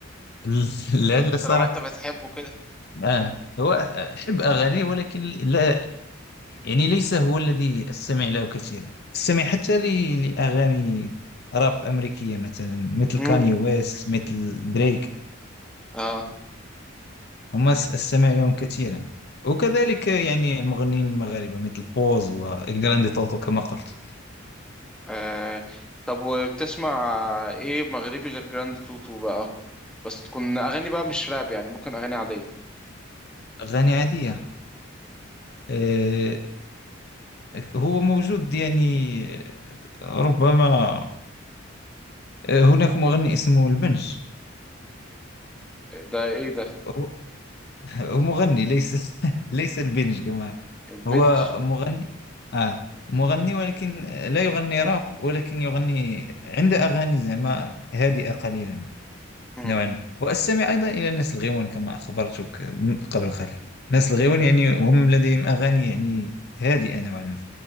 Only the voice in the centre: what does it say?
طالما انت بتحبه كده
مم.
اه
آه طب وبتسمع ايه مغربي غير جراند توتو بقى اهو؟ بس تكون اغاني بقى مش راب يعني ممكن اغاني عادية
ده ايه ده
البنج
مم.